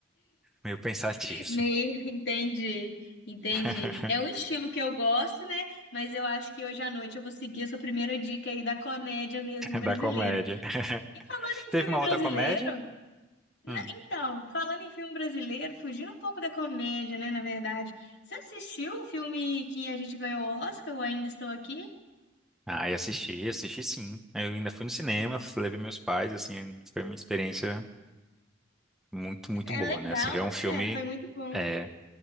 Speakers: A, in the centre; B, on the left.
A: meio pensativo
B: Meio, entendi, entendi.
A: <laughs>
B: É um estilo que eu gosto, né? Mas eu acho que hoje à noite eu vou seguir essa primeira dica aí da comédia mesmo brasileira.
A: da comédia. <laughs>
B: E falando em
A: Teve
B: filme
A: uma
B: brasileiro,
A: outra comédia?
B: Na-
A: Hum.
B: Então, falando em filme brasileiro, fugindo um pouco da comédia, né, na verdade. Você assistiu o filme que a gente ganhou o Oscar, o Ainda Estou Aqui?
A: Ah, e assisti, assisti sim. Eu ainda fui no cinema, levei meus pais, assim, foi uma experiência muito, muito
B: É
A: boa,
B: legal,
A: né? Assim, ver um filme.
B: né? Foi muito bom.
A: é,